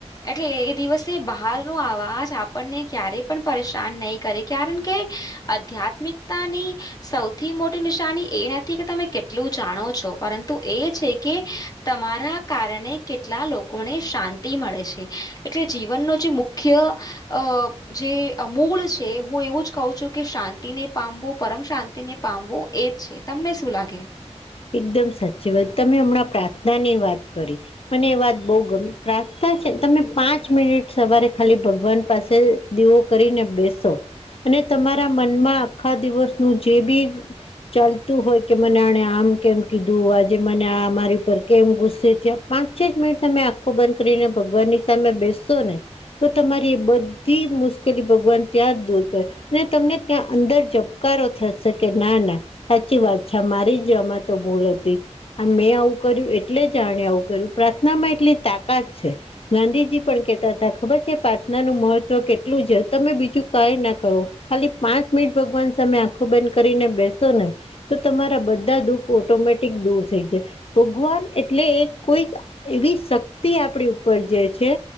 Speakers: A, on the left; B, on the left.
A: એટલે એ દિવસે બહાર નો આવાજ આપણને ક્યારેય પણ પરેશાન નહી કરે કારણ કે આધ્યાત્મિક તાની સૌથી મોટી નિશાની એ નથી કે તમે કેટલું જાણો છો પરંતુ એ છે કે તમારા કારણે કેટલા લોકોને શાંતિ મળે છે કે એટલે જીવનનો જે મુખ્ય અ જે મૂળ છે હું એવું જ કહું છું કે શાંતિને પામવું પરમ શાંતિ ને પામવું એજ છે તમને શું લાગે
B: એકદમ સાચી વાત તમે હમણાં પ્રાર્થના ની વાત કરી મને એ વાત બહુ ગમી પ્રાર્થના છેને તમે પાંચ મિનિટ સવારે ખાલી ભગવાન પાસે દીવો કરીને બેસો અને તમારા મનમાં આખા દિવસનું જે બી ચાલતું હોય કે મને આણે આમ કેમ કીધું આજે મને મારી પર કેમ ગુસ્સે થ્યા પાંચ મિનિટ તમે આ ખો બંધ કરીને ભગવાન ની સામે બેસસો ને તો તમારી એ બધી મુશ્કેલી ભગવાન ત્યાં જ દૂર કર ને તમને ત્યાં અંદર જબકારો થશે કે ના ના સાચી વાત છે મારી જમત તો ભૂલ હતી. આ મેં આવું કર્યું એટલે જ આણે આવું કર્યું પ્રાર્થનામાં એટલી તાકાત છે. ગાંધીજી પણ કેતા હતા ખબર છે પ્રાર્થનાનું મહત્વ કેટલું છે તમે બીજું કઈ ના કરો ખાલી પાંચ મિનિટ ભગવાન સામે આંખો બંઘ કરીને બેસો ને તો તમારા બધા દુઃખ ઓટોમેટિક દૂર થઈ જાય. ભગવાન એટલે એ કોઈક એવી શક્તિ આપણી ઉપર જે છે